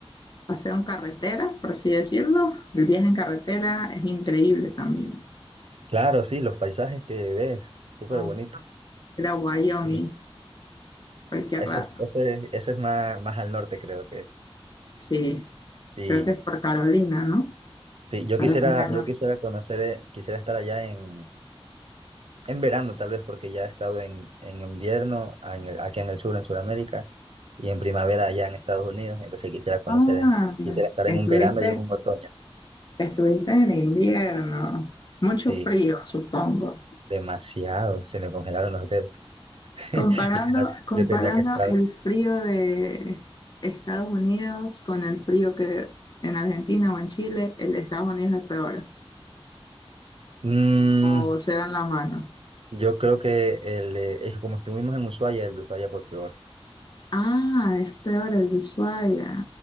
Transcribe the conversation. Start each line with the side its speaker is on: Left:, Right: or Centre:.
Left: paseo en carretera, por así decirlo, el viaje en carretera es increíble también.
Right: Claro, sí, los paisajes que ves, súper
Left: Ah,
Right: bonito.
Left: Era Wyoming,
Right: Sí.
Left: cualquier
Right: Ese,
Left: rato.
Right: ese, ese es más, más al norte, creo que.
Left: Sí,
Right: Sí,
Left: creo que es por Carolina, ¿no?
Right: Sí, yo
Left: Carolina
Right: quisiera, yo quisiera conocer, eh, quisiera estar allá en, en verano tal vez, porque ya he estado en, en invierno a- en el- aquí en el sur, en Sudamérica, y en primavera allá en Estados Unidos, entonces quisiera conocer,
Left: Ah,
Right: eh, quisiera estar en
Left: estuviste,
Right: un verano y en un otoño.
Left: estuviste en invierno. Mucho
Right: Sí,
Left: frío, supongo.
Right: demasiado, se me congelaron los dedos. <laughs>
Left: Comparando,
Right: Yo tenía,
Left: comparando
Right: yo tenía que estar.
Left: el frío de Estados Unidos con el frío que en Argentina o en Chile, el de Estados Unidos es peor.
Right: Mm,
Left: O se dan la mano.
Right: yo creo que el, eh, es que como estuvimos en Ushuaia, el de Ushuaia fue peor.
Left: Ah, es peor el de Ushuaia.